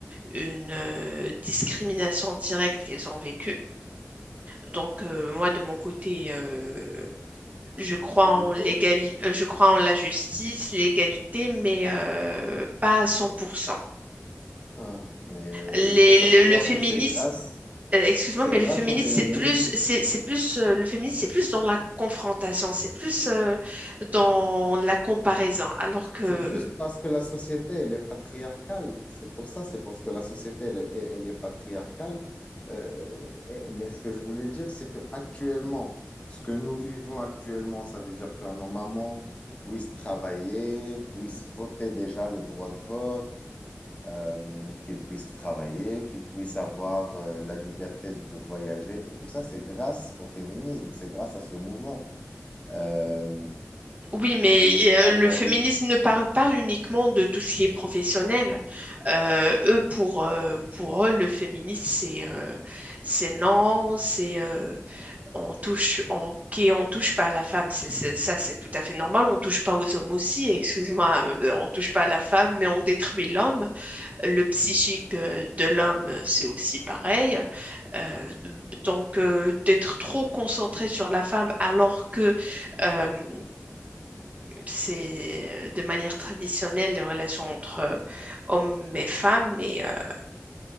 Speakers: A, on the right; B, on the left.
A: une euh, discrimination directe qu'elles ont vécue. Donc euh, moi, de mon côté, euh, je crois
B: Ben,
A: en
B: il faut,
A: l'égali- euh, je crois en la justice, l'égalité, mais euh, pas à 100%.
B: hein, mais euh,
A: Les-
B: il faut savoir
A: le, le féminisme
B: que c'est grâce,
A: euh, excuse-moi,
B: c'est
A: mais
B: grâce
A: le féminisme,
B: au féminisme
A: c'est plus, c'est, c'est plus, euh, le féminisme, c'est plus dans la confrontation, c'est plus euh, dans la comparaison. Alors que,
B: C'est juste parce que la société, elle est patriarcale. C'est pour ça, c'est parce que la société, elle, est elle- est patriarcale. Euh, et- mais ce que je voulais dire, c'est que actuellement, ce que nous vivons actuellement, ça veut dire que nos mamans puissent travailler, puissent voter déjà le droit de vote, euh, qu'ils puissent travailler, qu'ils puissent avoir, euh, la liberté de voyager. Et tout ça, c'est grâce au féminisme, c'est grâce à ce mouvement. Euh,
A: oui, mais
B: les
A: euh,
B: femmes
A: le
B: n'avaient
A: féminisme ne parle pas uniquement de tout ce qui est professionnel. Euh, eux, pour, euh, pour eux, le féminisme, c'est euh, c'est non, c'est euh, on touche, on, ok, on touche pas à la femme, c'est, c'est- ça, c'est tout à fait normal. On touche pas aux hommes aussi, excuse-moi, euh, on touche pas à la femme, mais on détruit l'homme. le psychique euh, de l'homme, euh, c'est aussi pareil. Euh, donc, euh, d'être trop concentré sur la femme alors que euh, c'est de manière traditionnelle les relations entre hommes et femmes, mais euh,